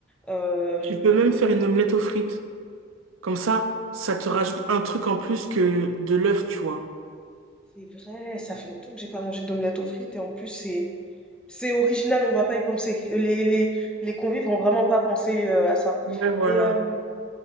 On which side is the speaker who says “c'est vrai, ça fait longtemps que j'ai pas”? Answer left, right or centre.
Centre